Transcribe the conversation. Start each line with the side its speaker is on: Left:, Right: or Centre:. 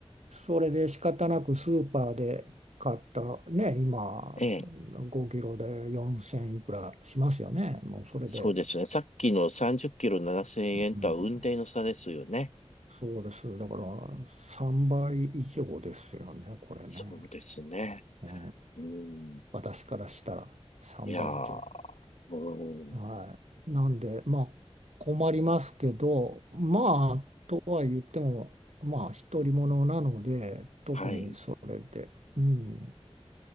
Right: それで仕方なくスーパーで買ったね、今
Left: ええ。
Right: 5キロで4000いくらしますよね。もうそれで、
Left: そうですね。さっきの30キロ7000円とは雲泥の差ですよね。
Right: うん、そうです。だから3倍以上ですよね、これね。
Left: そうですね。
Right: うん、
Left: うん。
Right: 私からしたら3倍以上。
Left: いやー、うん。
Right: はい。なんで、まあ困りますけど、まあとは言っても、まあ独り者なので、特にそれで。
Left: はい。
Right: うん